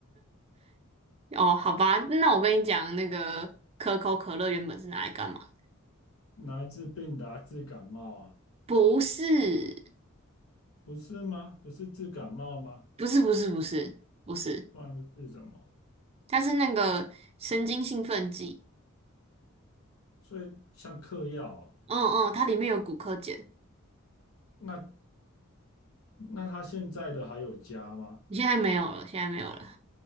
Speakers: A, on the right; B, on the left.
A: 哦，好吧，那我跟你讲，那个可口可乐原本是拿来干嘛？
B: 拿来治病的啊治感冒啊？
A: 不是，
B: 不是吗？不是治感冒吗？
A: 不是，不是，不是，不是，
B: 不然是治什么？
A: 它是那个神经兴奋剂。
B: 所以像嗑药啊
A: 嗯嗯，它里面有骨科碱，
B: 那那他现在的还有加吗？
A: 现在没有了，现在没有了，